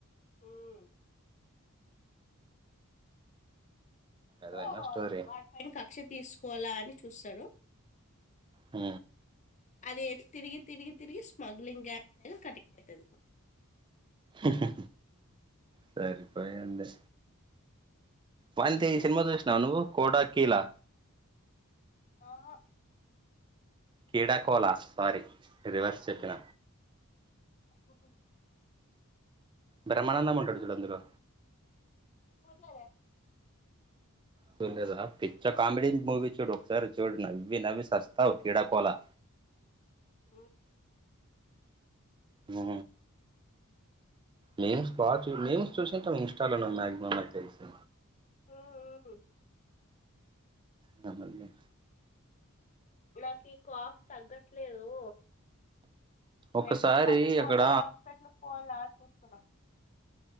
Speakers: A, on the left; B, on the right.
A: ఉమ్.
B: అదేనా
A: సో
B: స్టోరీ
A: వాడి పైన కక్ష తీసుకోవాలా అని చూస్తరు
B: హ
A: అది ఎట్ తిరిగి తిరిగి తిరిగి స్మగ్లింగ్ గ్యాప్ అ కంటిన్యూ అయితది
B: ఆహా సరిపోయింది వల్తీ ఈ సినిమా చూసినవా నువు కోడా కీలా
A: ఆహా
B: క్రీడాకోళ సారీ రివర్స్ చెప్పిన
A: ఓహ
B: బ్రహ్మానందం ఉంటడు చూడు అందులో
A: పర్లదే
B: చూలేదా పిచ్చా కామెడీ మూవీ చూడు ఒకసారి చూడు నవ్వి నవ్వి సస్తావు క్రీడాకోలా
A: ఆ
B: ఉ మిమ్స్ బాగా చూ మిమ్స్ చూసింటే ఇన్స్టాలో నువ్వు మాక్సిమం నాకు తెలిసి
A: ఆ ఆ
B: నెమ్మదిగా
A: నాకు ఈ కాఫ్ తగ్గట్లేదు
B: ఒకసారి
A: మెడికల్ షాప్ కు పోవాలా
B: అక్కడ
A: హాస్పిటల్కి పోవాలా అని చూస్తున్న